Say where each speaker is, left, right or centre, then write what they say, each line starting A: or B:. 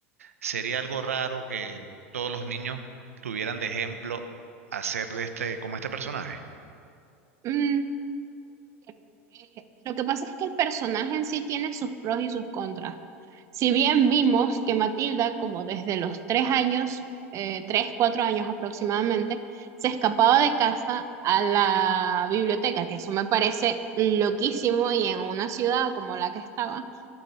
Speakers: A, on the right (about 85°); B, on the right (about 45°).
A: sería algo raro que todos los niños tuvieran de ejemplo hacer de este, como este personaje?
B: Mm, eh, lo que pasa es que el personaje en sí tiene sus pros y sus contras. Si bien vimos que Matilda, como desde los tres años, eh, tres, cuatro años aproximadamente, se escapaba de casa a la biblioteca, que eso me parece loquísimo y en una ciudad como la que estaba,